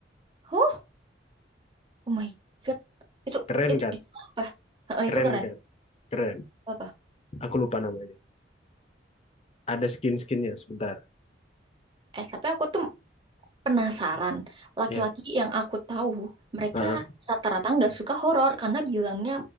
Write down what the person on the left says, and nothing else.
Keren
kan?
Keren
kan? Keren.
Aku lupa namanya. Ada skin-skinnya sebentar.
Ya,
Heeh.